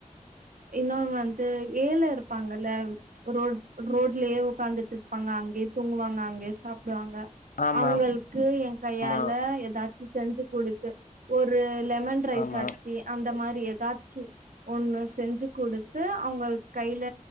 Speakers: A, on the right; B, on the left.
A: இன்னொனு வந்து ஏழ இருப்பாங்கல்ல ரோட் ரோட்லயே உக்காந்துட்டு பாங்க அங்கயே தூங்குவாங்க அங்கயே சாப்டுவாங்க
B: ஆமா
A: அவுங்களுக்கு எ கையால
B: ஆமா
A: எதாச்சு செஞ்சு குடுத்து ஒரு லெமன் ரைஸ்
B: ஆமா
A: ஆச்சு அந்தமாரி எதாச்சு ஒன்னு செஞ்சு குடுத்து அவுங்களுக்கு கைல